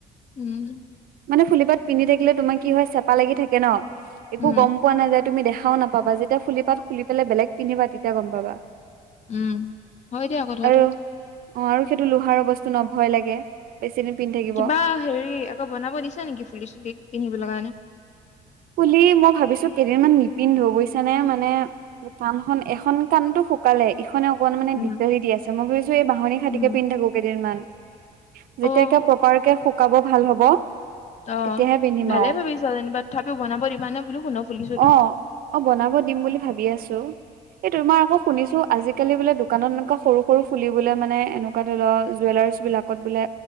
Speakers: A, on the left; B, on the right.
A: উম।
B: মানে ফুলিপাত পিন্ধি থাকিলে তোমাৰ কি হয়, চেপা লাগি থাকে ন' একো
A: উম,
B: গম পোৱা নাযায়। তুমি দেখাওঁ নাপাবা, যেতিয়া ফুলি পাত খুলি পেলাই বেলেগ পিন্ধিবা তেতিয়া গম পাবা।
A: উম। হয় দিয়া কথাটো।
B: আৰু অহ, আৰু সেইটো লোহাৰ বস্তু ন' ভয় লাগে। বেছিদিন পিন্ধি থাকিব
A: কিবা হেৰি আকৌ বনাব দিছা নেকি ফুলি-চুলি পিন্ধিবলৈ কাৰণে।
B: ফুলি মই ভাবিছোঁ কেইদিমান নিপিন্ধো বুজিছা নে, মানে কাণখন এখন কাণটো শুকালে ইখনে অকনমান
A: উম,
B: দিগদাৰি দি আছে, মই ভাবিছোঁ এই বাঢ়হনী খাতিকে
A: উম,
B: পিন্ধি থাকো কেইদিনমান।
A: অ',
B: যেতিয়াকে প্ৰপাৰকে শুকাব ভাল হ'ব।
A: অহ,
B: তেতিয়াহে পিন্ধিম
A: ভালে
B: আৰু
A: ভাবিছা যেনিবা থ তথাপি বনাবা দিবা নে সোণৰ ফুলি-চলি।
B: অ অ বনাব দিম বুলি ভাবি আছোঁ। এই তোমাৰ আকৌ শুনিছোঁ আজিকালি বোলে দোকানত এনেকুৱা সৰু সৰু ফুলি বোলে মানে এনেকুৱা ধৰিলোৱা জুৱেলাৰ্চবিলাকত বোলে